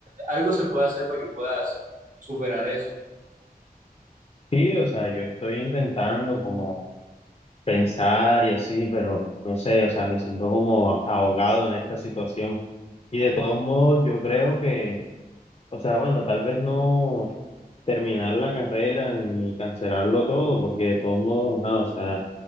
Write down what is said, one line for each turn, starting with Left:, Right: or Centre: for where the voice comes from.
Right: Algo se puede hacer para que puedas superar eso.
Left: Sí, o sea, yo estoy intentando como pensar y así, pero no sé, o sea, me siento como ahogado en esta situación. Y de todos modos, yo creo que, o sea, bueno, tal vez no terminar la carrera ni cancelarlo todo, porque de todos modos, no, o sea,